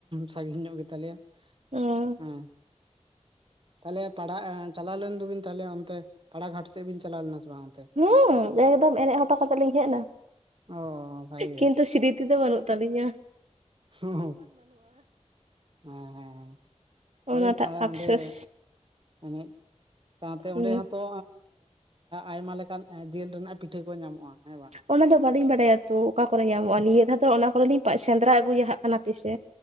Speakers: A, on the right; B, on the right.
A: ᱥᱟᱺᱜᱤᱧ ᱧᱚᱜ ᱜᱮᱛᱟᱞᱮᱭᱟ᱾
B: ᱦᱩᱸ
A: ᱦᱮᱸ ᱛᱟᱦᱚᱞᱮ ᱯᱟᱲᱟ ᱪᱟᱞᱟᱣ ᱞᱮᱱ ᱫᱚᱵᱤᱱ ᱛᱟᱦᱚᱞᱮ ᱚᱱᱛᱮ ᱯᱟᱲᱟᱜᱷᱟᱴ ᱥᱮᱫ ᱵᱤᱱ ᱪᱟᱞᱟᱣ ᱞᱮᱱᱟ ᱥᱮ ᱵᱟᱝ? ᱚᱱᱛᱮ
B: ᱦᱩᱸ ᱮᱠᱫᱚᱢ ᱮᱱᱮᱡ ᱦᱚᱴᱚ ᱠᱟᱛᱮᱜ ᱞᱤᱧ ᱦᱮᱡ ᱮᱱᱟ
A: ᱚ ᱵᱷᱟᱜᱮ ᱜᱮ
B: ᱠᱤᱱᱛᱩ ᱥᱨᱤ ᱛᱤ ᱫᱚ ᱵᱟᱹᱱᱩᱜ ᱛᱟᱹᱟᱞᱤᱧᱟ᱾
A: ᱦᱮᱸ ᱦᱮᱸᱮᱸ ᱦᱳᱭᱯᱟᱸᱲᱮ
B: ᱚᱱᱟᱴᱟᱜ ᱟᱯᱥᱳᱥ
A: ᱚᱸᱰᱮ ᱮᱱᱮᱡ ᱥᱟᱶᱛᱮ
B: ᱦᱩᱸ
A: ᱚᱸᱰᱮ ᱦᱚᱸᱛᱚ ᱟᱭᱢᱟ ᱞᱮᱠᱟᱱ ᱡᱤᱞ ᱨᱮᱱᱟᱜ ᱯᱤᱴᱷᱟᱹ ᱠᱚ ᱧᱟᱢᱚᱜᱼᱟ ᱦᱮᱸ ᱵᱟᱝ᱾
B: ᱚᱱᱟᱫᱚ ᱵᱟᱹᱞᱤᱧ ᱵᱟᱰᱟᱭᱟ ᱛᱚ ᱚᱠᱟ ᱠᱚᱨᱮ ᱧᱟᱢᱚᱜᱼᱟ ᱱᱤᱭᱟᱹ ᱫᱷᱟᱣ ᱫᱚ ᱚᱱᱟ ᱠᱚᱨᱮ ᱞᱤᱧ ᱥᱮᱸᱫᱽᱨᱟ ᱟᱹᱜᱩᱭᱟᱦᱟᱜ ᱠᱟᱱᱟ ᱯᱮᱥᱮ